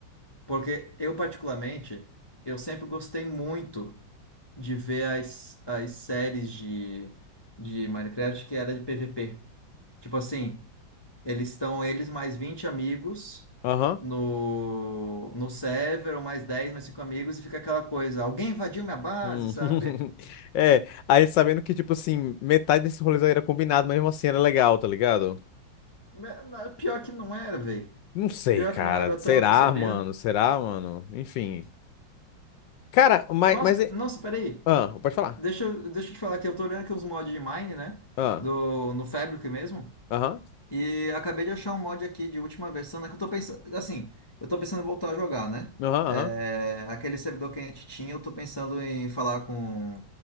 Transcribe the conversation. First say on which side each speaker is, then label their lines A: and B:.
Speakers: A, on the left (about 25°); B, on the left (about 75°).
A: Porque eu, particularmente, eu sempre gostei muito de ver as, as séries de, de Minecraft que era de PVP. Tipo assim, eles estão, eles mais 20 amigos
B: Aham.
A: no, no server, ou mais 10 mais 5 amigos, e fica aquela coisa, alguém invadiu minha base,
B: Hum.
A: sabe?
B: <laughs> É, aí sabendo que, tipo assim, metade desse rolê era combinado, mas mesmo assim era legal, tá ligado?
A: Me- na- Pior que não era, velho.
B: Não sei,
A: Pior
B: cara.
A: que não era
B: Será,
A: tanto, sabia?
B: mano? Será, mano? Enfim. Cara, mas,
A: Nossa,
B: mas
A: c-
B: é
A: nossa, peraí.
B: Ah, pode falar.
A: Deixa eu, deixa eu te falar que eu tô olhando aqui uns mods de Mine, né?
B: Ah,
A: Do, no Fabric mesmo.
B: aham,
A: E acabei de achar um mod aqui de última versão, né? Que eu tô pensando. Assim, eu tô pensando em voltar a jogar, né?
B: aham, aham.
A: É, aquele servidor que a gente tinha, eu tô pensando em falar com